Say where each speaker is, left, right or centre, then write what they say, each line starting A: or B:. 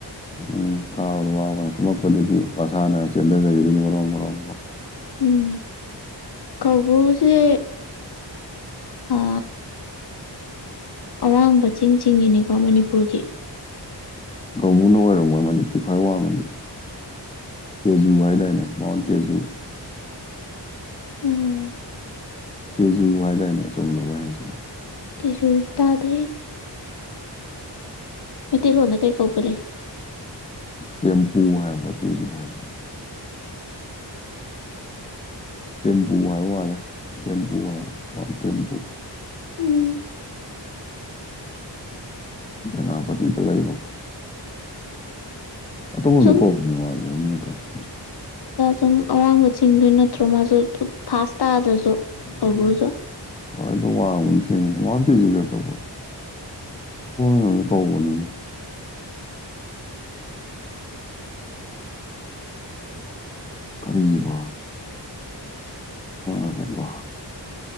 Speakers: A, on the left; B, on the left.
A: ꯎꯝ ꯀꯥꯎꯗ ꯋꯥꯈꯣꯏ ꯀꯨꯝꯃꯛꯄꯗꯗꯤ ꯃꯁꯥꯅꯅ ꯆꯦꯟꯊꯖꯈꯤꯗꯨꯅꯤ ꯃꯔꯔꯣꯡ ꯃꯔꯣꯔꯣꯡ ꯃꯔ꯭ꯔꯣ
B: ꯎꯝ ꯀꯕ꯭ꯔꯨꯁꯦ ꯑ ꯑꯋꯥꯡꯕ ꯆꯤꯡ ꯆꯤꯡꯉꯅꯤꯀꯣ ꯃꯅꯤꯄꯨꯔꯒꯤ
A: ꯀꯥꯡꯨꯅ ꯑꯣꯏꯔꯝꯃꯣꯏ ꯃꯅꯤꯨꯔ ꯈ꯭ꯋꯥꯏ ꯋꯥꯡꯃꯗꯤ ꯇꯦꯖꯨꯚꯏꯗꯏꯅꯦ ꯃꯟ ꯇꯦꯖꯨ
B: ꯎꯝ
A: ꯇꯁꯨ ꯋꯥꯏꯗꯅꯦ ꯆꯨꯝꯅꯉꯁꯨ
B: ꯇꯤꯁꯨ ꯇꯥꯗ꯭ꯔꯤ ꯃꯩꯇꯩꯂꯣꯟꯗ ꯀꯩ ꯀꯧꯕꯧꯒ ꯂꯩꯦ
A: ꯇꯦꯝꯄꯨ ꯍꯥꯏꯕ꯭ꯔ ꯇꯤꯖꯨ ꯍꯥꯏꯕ ꯇꯦꯝꯄꯨ ꯍꯥꯏꯕ ꯃꯥꯂꯦ ꯇꯦꯝꯄꯨ ꯍꯥꯏ ꯇꯦꯝꯄꯨ
B: ꯎꯝ
A: ꯅꯥꯄꯇꯤ ꯆꯂꯕ ꯑꯇꯣꯞꯄ ꯑꯃꯗ
B: ꯁꯨꯝ
A: ꯐꯥꯎꯛꯄꯅꯦ ꯃꯥꯁꯦ ꯃꯃꯤꯡ ꯑꯇꯣꯞꯄ
B: ꯁꯨꯝ ꯑꯋꯥꯡꯕ ꯆꯤꯡꯗꯣꯏ ꯅꯠꯇ꯭ꯔꯣ ꯃꯥꯁꯨ ꯐꯥꯁ ꯇꯥꯗ꯭ꯔꯁꯨ ꯍ꯭ꯔꯨꯁꯨ
A: ꯍꯣꯏꯗ ꯋꯥꯡꯕꯅꯤ ꯋꯥꯇꯁꯨꯖꯠꯇꯕꯨꯣ ꯍꯅꯤ ꯄꯥꯎꯕꯅꯤ ꯏꯅꯦ ꯀꯔꯤꯕ ꯑꯀꯣ